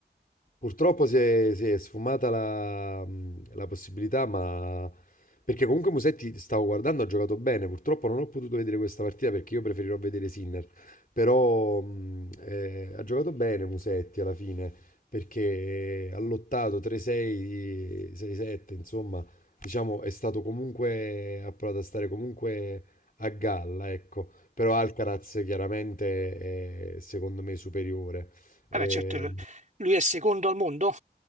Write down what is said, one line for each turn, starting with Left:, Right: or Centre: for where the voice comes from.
Left: Purtroppo si è, si è sfumata la, mh, la possibilità, ma perché comunque Musetti stavo guardando, ha giocato bene. Purtroppo non ho potuto vedere questa partita perché io preferirò vedere Sinner. Però mh, eh, ha giocato bene Musetti alla fine perché ha lottato 3-6, 6-7, insomma, diciamo è stato comunque, ha provato a stare comunque a galla, ecco. Però Alcaraz chiaramente è secondo me superiore.
Right: vabbè,
Left: Eh,
Right: certo, lui è secondo al mondo,